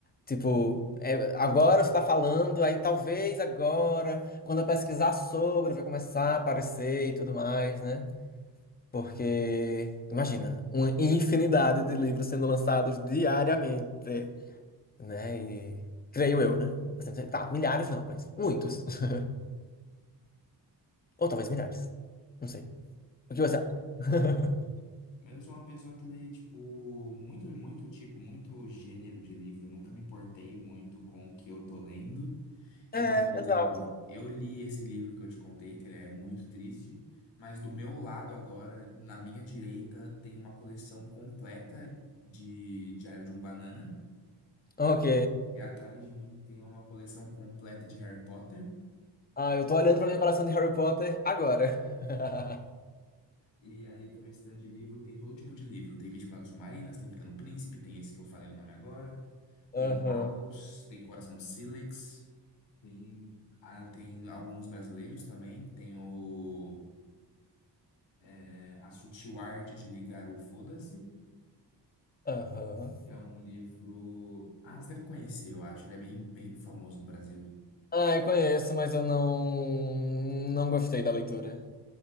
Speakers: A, on the left; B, on the left.
A: Tipo, é, agora você está falando, aí talvez agora, quando eu pesquisar sobre, vai começar a aparecer e tudo mais, né? Porque, imagina, uma infinidade de livros sendo lançados diariamente, né? E creio eu, né? Assim, tá, milhares não, mas muitos. <laughs> Ou talvez milhares. Não sei. O que você acha? <laughs>
B: Mas eu sou uma pessoa que lê, tipo, muito, muito tipo, muito gênero de livro. Eu nunca me importei muito com o que eu tô lendo. Então,
A: É,
B: por exemplo,
A: exato.
B: eu li esse livro que eu te contei, que ele é muito triste, mas do meu lado agora, na minha direita, tem uma coleção completa de Diário de um Banana.
A: Ok.
B: E atrás de mim tem uma coleção completa de Harry Potter.
A: Ah, eu tô olhando pra minha coleção de Harry Potter agora. <laughs>
B: E ali tem um stand de livro, tem todo tipo de livro. Tem 20 Lágrimas Submarinas, tem Pequeno Príncipe, tem esse que eu falei o nome agora.
A: Aham,
B: Tem Maus, tem Coração de Sílex, tem, ah, tem alguns brasileiros também. Tem o, é, A Sutil Arte de Ligar o Foda-se,
A: aham.
B: que é um livro. Ah, você deve conhecer, eu acho. Ele é bem, bem famoso no Brasil.
A: Ah, eu conheço, mas eu não, não gostei da leitura.